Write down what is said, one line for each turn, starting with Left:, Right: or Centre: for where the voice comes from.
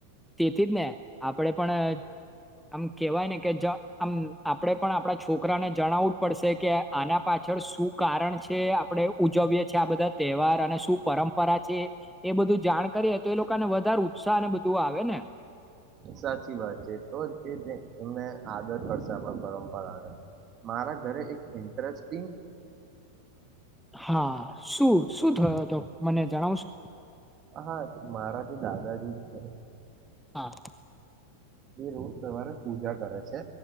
Centre: તેથી જ ને આપડે પણ આમ કેવાય ને. કે જ આમ આપડે. પણ આપણા છોકરાને જણાવું. પડ કે આના પાછળ શું કારણ છે આપણે ઉજવીએ છી આ બધા તહેવાર અને શું પરંપરા છે એ બધું જાણ કરીએ તો એ લોકોને વધારે ઉત્સાહ અને. તું આવે ને.
Right: સાચી વાત છે તો એમને આદર કરશે આપણા પરંપરાને મારા ઘરે એક ઇન્ટરેસ્ટ.
Centre: હા શું શું થયો હતો મને જણાવશો.
Right: હા મારા તો દાદાજી છે.
Centre: હા.
Right: એ ઉર તોવાર. પૂજા કરે છે